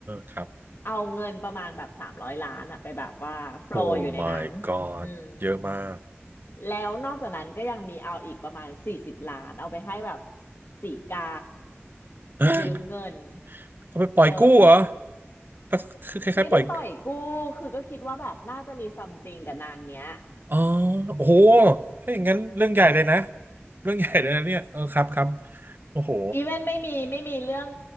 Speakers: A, on the right (about 50°); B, on the left (about 55°).
A: ครับ
B: เอาเงินประมาณแบบสามร้อยล้านอะไปแบบว่าโฟลว์อยู่ในนั้นอืม
A: โอ้ my god เยอะมาก
B: แล้วนอกจากนั้นก็ยังมีเอาอีกประมาณสี่สิบล้านเอาไปให้แบบสีกา
A: <gasps>
B: ยืมเงิน
A: เขาไปปล่อยกู้เหรอ
B: เออ
A: ก็คือคล้ายๆปล่อย
B: ไม่ได้ปล่อยกู้คือก็คิดว่าแบบน่าจะมีซัมติงกับนางเนี้ย
A: อ๋อโอ้โหถ้าอย่างนั้นเรื่องใหญ่เลยนะเรื่องใหญ่เลยนะเนี่ยเออครับครับโอ้โห
B: อีเวนไม่มีไม่มีเรื่อง